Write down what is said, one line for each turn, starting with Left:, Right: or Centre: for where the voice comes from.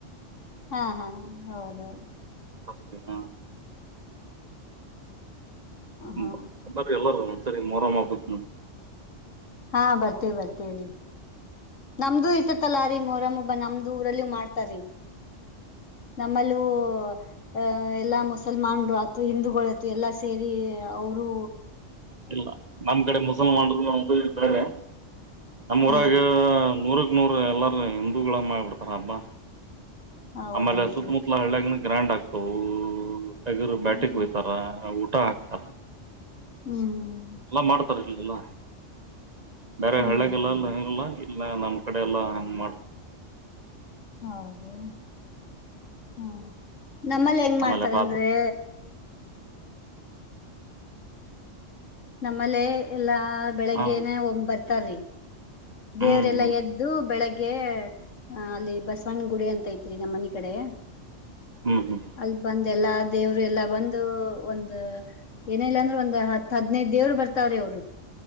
Left: ಹಾ ಹಾ ಹೌದೌದು.
Right: ಹ ಹಾ
Left: ಹಾ
Right: ಬ ಬರೀ ಎಲ್ಲಾರ. ಸರಿ ಮೋರಮ್ ಹಬ್ಬಕ.
Left: ಹಾ ಬರ್ತೆವಿ ಬರ್ತೆವಿ ರಿ. ನಮ್ದು ಇರ್ತತಲ್ಲ ರೀ ಮೊರಮ್ಮ ಹಬ್ಬ ನಮ್ದು ಊರಲ್ಲಿ ಮಾಡ್ತಾರೀ ನಮ್ಮಲ್ಲೂ ಅಹ ಎಲ್ಲಾ ಮುಸಲ್ಮಾನ್ರು ಆತು ಹಿಂದೂಗಳು ಆತು ಎಲ್ಲಾ ಸೇರಿ ಅವರು
Right: ಇಲ್ಲ ನಮ್ ಕಡೆ ಮುಸಲ್ಮಾನರು ಒಂದ ಕಡೆ ಬೇರೆ ನಮ್
Left: ಹಾ
Right: ಊರಾಗ ನೂರಕ್ ನೂರ ಎಲ್ಲಾರ ಹಿಂದೂಗಳ ಮಾಡಿಬಿಡ್ತಾರ ಹಬ್ಬಾ.
Left: ಹೌದನ್ರಿ
Right: ಆಮೇಲೆ ಸುತ್ತಮುತ್ತಲ ಹಳ್ಯಾಗ್. ಗ್ರ್ಯಾಂಡ್ ಆಗ್ತವು. ಟಗರು ಬ್ಯಾಟಿಗೆ
Left: ಹ್ಮ್
Right: ಕೊಯ್ತಾರ ಊಟ ಹಾಕ್ತಾರ
Left: ಹ್ಮ್
Right: ಎಲ್ಲ ಮಾಡ್ತಾರೆ. ಇಲ್ಲ. ಬೇರೆ
Left: ಹ್ಮ್
Right: ಹಳ್ಯಾಗೆಲ್ಲಾ
Left: ಹ್ಮ್
Right: ಅಲ್ಲಿ ಆಗಂಗಿಲ್ಲ. ಎಲ್ಲ ನಮ್ ಕಡೆ ಎಲ್ಲಾ ಹಂಗ್ ಮಾಡ್ತ.
Left: ಹೌದು. ಹ್ಮ ನಮ್ಮಲ್ಲಿ ಹೆಂಗ
Right: ಆಮೇಲೆ
Left: ಮಾಡ್ತಾರಂದ್ರೇ
Right: ರಾತ್ರಿ
Left: ನಮ್ಮಲ್ಲೇ ಎಲ್ಲಾ ಬೆಳಿಗ್ಗೆನೆ
Right: ಹಾ
Left: ಒಂಬತ್ತ ತರಿ
Right: ಹ್ಮ್
Left: ದೇವರೆಲ್ಲಾ
Right: ಹ್ಮ್
Left: ಎದ್ದು ಬೆಳಗ್ಗೆ ಗೆ ಅ ಅಲ್ಲಿ ಬಸವಣ್ಣನ ಗುಡಿ ಅಂತ ಐತ್ರಿ ನಮ್ಮ್ ಮನಿ ಕಡೆ
Right: ಹ್ಮ್ ಹ್ಮ್
Left: ಅಲ್ ಬಂದ್ ಎಲ್ಲಾ ದೇವ್ರು ಎಲ್ಲಾ ಬಂದು ಒಂದ ಏನ ಇಲ್ಲ ಅಂದ್ರೆ ಒಂದ್ ಹತ್ ಹದ್ನೈದ ದೇವ್ರು ಬರ್ತಾವ್ರಿ ಅವರು.